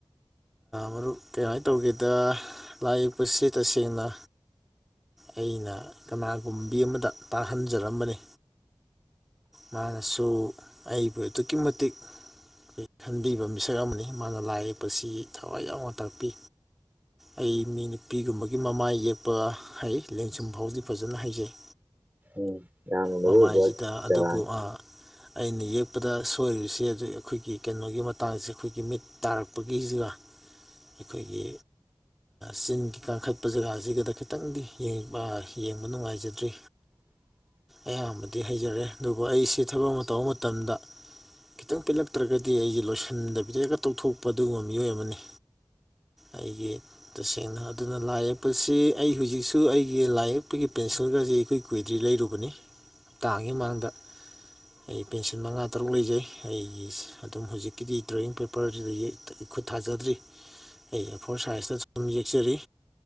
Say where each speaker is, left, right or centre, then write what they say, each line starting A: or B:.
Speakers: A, in the centre; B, on the right.
A: ꯃꯔꯨꯞ ꯀꯩꯃꯥꯏꯅ ꯇꯧꯒꯦꯗ ꯂꯥꯏ ꯌꯦꯛꯄꯁꯤ ꯇꯁꯦꯡꯅ ꯑꯩꯅ ꯀꯅꯥꯒꯨꯝꯕꯤ ꯑꯃꯗ ꯇꯥꯡꯍꯟꯖꯔꯝꯕꯅꯤ ꯃꯥꯅꯁꯨ ꯑꯩꯕꯨ ꯑꯗꯨꯛꯀꯤ ꯃꯇꯤꯛ ꯑꯩꯈꯣꯏ ꯈꯟꯕꯤꯕ ꯃꯤꯁꯛ ꯑꯃꯅꯤ ꯃꯥꯅ ꯂꯥꯏ ꯌꯦꯛꯄꯁꯤ ꯊꯋꯥꯏ ꯌꯥꯎꯅ ꯇꯥꯛꯄꯤ ꯑꯩ ꯃꯤ ꯅꯨꯄꯤꯒꯨꯝꯕꯒꯤ ꯃꯃꯥꯏ ꯌꯦꯛꯄ ꯍꯩ ꯂꯦꯡꯁꯤꯨꯝ ꯐꯥꯎꯗꯤ ꯐꯖꯅ ꯍꯩꯖꯩ
B: ꯎꯝ ꯌꯥꯝꯠ
A: ꯃꯃꯥꯏꯁꯤꯗ
B: ꯆꯕꯅꯤ
A: ꯑꯗꯨꯕꯨ ꯑꯩꯅ ꯌꯦꯛꯄꯗ ꯁꯣꯏꯔꯤꯕꯁꯦ ꯑꯗꯨ ꯑꯩꯈꯣꯏꯒꯤ ꯀꯩꯅꯣꯒꯤ ꯃꯇꯥꯡꯁꯦ ꯑꯩꯈꯣꯏꯒꯤ ꯃꯤꯠ ꯇꯥꯔꯛꯄꯒꯤꯁꯤꯒ ꯑꯩꯈꯣꯏꯒꯤ ꯆꯤꯡꯒꯤ ꯀꯥꯡꯈꯠꯄ ꯖꯒꯥꯁꯤꯒꯗ ꯈꯤꯇꯪꯗꯤ ꯌꯦꯡꯕ ꯅꯨꯡꯉꯥꯏꯖꯗ꯭ꯔꯤ
B: <inaudible>
A: ꯑꯌꯥꯝꯕꯗꯤ ꯍꯩꯖꯔꯦ ꯑꯗꯨꯕꯨ ꯑꯩꯁꯤ ꯊꯕꯛ ꯑꯃ ꯇꯧꯕ ꯃꯇꯝꯗ ꯈꯤꯇꯪ ꯄꯦꯜꯂꯛꯇ꯭ꯔꯒꯗꯤ ꯑꯩꯁꯦ ꯂꯣꯏꯁꯤꯟꯗꯕꯤꯗꯒ ꯇꯧꯊꯣꯛꯄ ꯑꯗꯨꯒꯨꯝꯕ ꯃꯤꯑꯣꯏ ꯑꯃꯅꯤ ꯑꯩꯒꯤ ꯇꯁꯦꯡꯅ ꯑꯗꯨꯅ ꯂꯥꯏ ꯌꯦꯛꯄꯁꯤ ꯑꯩ ꯍꯧꯖꯤꯛꯁꯨ ꯑꯩꯒꯤ ꯂꯥꯏ ꯌꯦꯛꯄꯒꯤ ꯄ ꯅꯦꯁꯅꯦꯜ ꯒꯥꯁꯤ ꯏꯀꯨꯏ ꯀꯨꯏꯗ꯭ꯔꯤ ꯂꯩꯔꯨꯕꯅꯤ ꯍꯞꯇꯃꯉꯥꯒꯤ ꯃꯃꯥꯡꯗ ꯑꯩ ꯄꯦꯟꯁꯤꯜ ꯃꯉꯥ ꯇꯔꯨꯛ ꯂꯩꯖꯩ ꯑꯩꯒꯤ ꯑꯗꯨꯝ ꯍꯧꯖꯤꯛꯀꯤꯗꯤ ꯗ꯭ꯔꯣꯌꯤꯡ ꯄꯦꯄꯔꯁꯤꯗꯒꯤ ꯊꯥꯖꯗ꯭ꯔꯤ ꯑꯩ ꯐꯣꯔ ꯁꯥꯏꯁꯇ ꯁꯨꯝ ꯌꯦꯛꯆꯔꯤ